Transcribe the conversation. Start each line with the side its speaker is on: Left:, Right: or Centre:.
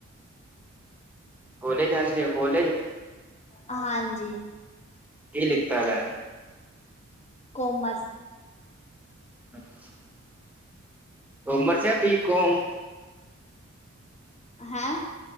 Centre: ਕੋਲਜ ਜਾਂਦੇ ਓ ਕੋਲਜ?
Left: ਹਾਂਜੀ
Centre: ਇਹ ਲਿਤਾ ਵੈ।
Left: ਕੋਮਰਸ।
Centre: ਅੱਛਾ। ਕੌਮਰਸ ਜਾ ਬੀ ਕੌਮ?
Left: ਹੈਂ